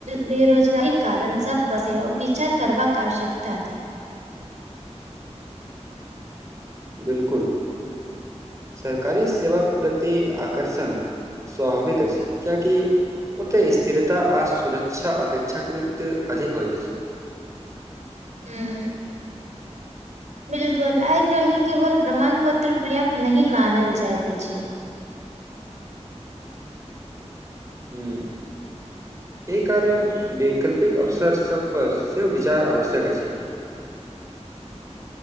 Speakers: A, on the right (about 90°); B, on the right (about 25°).
A: बेरोजगारी कारण सब पर सेहो विचार करबाक आवश्यकता अछि
B: बिलकुल सरकारी सेवक प्रति आकर्षण स्वाभाविक अछि कियाकि ओते स्थिरता आ सुरक्षा अपेक्षाकृत अधिक होइत अछि
A: हूँ बिलकुल आइ कल्हि केवल प्रमाण पत्र पर्याप्त नहि मानल जाइत अछि
B: हूँ एहि कारण वैकल्पिक अवसर सबपर सेहो विचार आवश्यक अछि
A: <inaudible>